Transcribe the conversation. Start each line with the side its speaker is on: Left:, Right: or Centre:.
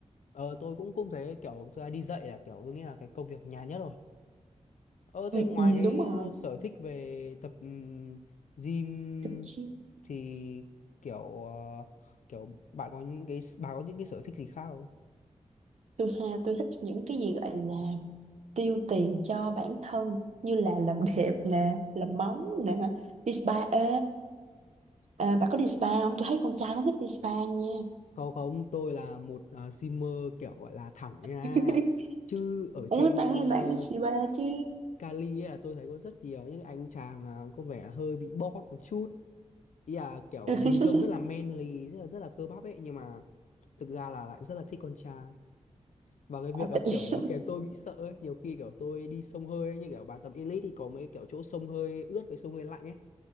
Left: Ờ tôi cũng cũng thế kiểu thứ hai đi dạy là kiểu tôi nghĩ là cái công việc nhàn nhất rồi. Ờ
Right: ừ,
Left: thế ngoài
Right: ừ,
Left: cái
Right: đúng rồi
Left: ờ, sở thích về tập ừm, gym
Right: tôi, chi-
Left: thì kiểu ờ, kiểu bạn có những cái bà có những cái sở thích gì khác không?
Right: tôi ha tôi thích những cái gì gọi là tiêu tiền cho bản thân như là làm <laughs> đẹp nè làm móng nè đi spa ê à, bà có đi spa không tôi thấy con trai cũng thích đi spa nha
Left: Không không, tôi là một ờ, gymer kiểu gọi là thẳng nha.
Right: <laughs>
Left: Chứ ở
Right: uống
Left: trên
Right: tặng
Left: ờ,
Right: em tặng spa chứ
Left: Cali ấy là tôi thấy có rất nhiều những anh chàng ờ, có vẻ hơi bị bót một chút. Ý là kiểu
Right: <laughs>
Left: nhìn trông rất là manly, rất là rất là cơ bắp ấy nhưng mà thực ra là lại rất là thích con trai và cái việc
Right: à,
Left: ấy
Right: tự...
Left: kiểu
Right: <laughs>
Left: khiến tôi bị sợ ấy nhiều khi kiểu tôi đi sông hơi ấy, như kiểu bạn tập elite thì có mấy kiểu chỗ sông hơi ướt với sông hơi lạnh ấy